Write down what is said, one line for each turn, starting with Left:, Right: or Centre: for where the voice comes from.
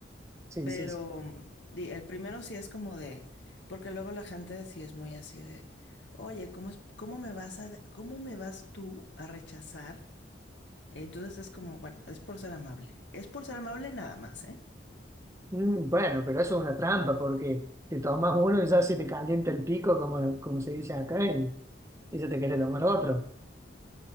Right: sí,
Left: Pero
Right: sí, sí.
Left: mm, di- el primero sí es como de, porque luego la gente sí es muy así de, oye, ¿cómo es, cómo me vas a, cómo me vas tú a rechazar? Entonces es como, bueno, es por ser amable. Es por ser amable nada más, ¿eh?
Right: Mm, Bueno, pero eso es una trampa porque te tomas uno y ya se te calienta el pico, como, como se dice acá, y, y ya te quieres tomar otro.